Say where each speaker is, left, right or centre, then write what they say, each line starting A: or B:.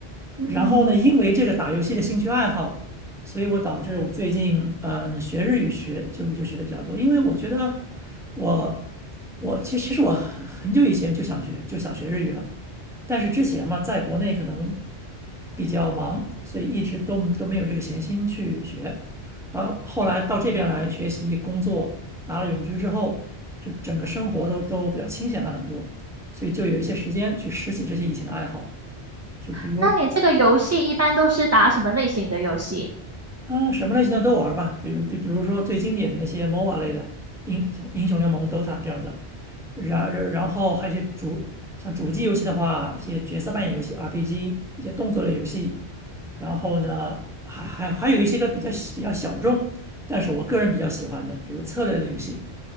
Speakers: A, on the right (about 20°); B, in the centre.
A: 嗯，
B: 然后呢，因为这个打游戏的兴趣爱好，所以我导致我最近嗯呃学日语学就就学的比较多，因为我觉得我我其实其实我很很久以前就想学就想学日语了，但是之前嘛，在国内可能。比较忙，所以一直都都没有这个闲心去学。然后后来到这边来学习工作，拿了永居之后，就整个生活都都比较清闲了很多，所以就有一些时间去拾起这些以前的爱好，就比如
A: 那你这个游戏一般都是打什么类型的游戏？
B: 嗯什么类型的都玩吧，比如比比如说最经典的那些 MOBA 类的英像英雄联盟、DOTA 这样的，然然然后还有一些主像主机游戏的话，一些角色扮演游戏、RPG，一些动作类游戏。然后呢，还还还有一些个比较比较小众，但是我个人比较喜欢的，比如策略类游戏，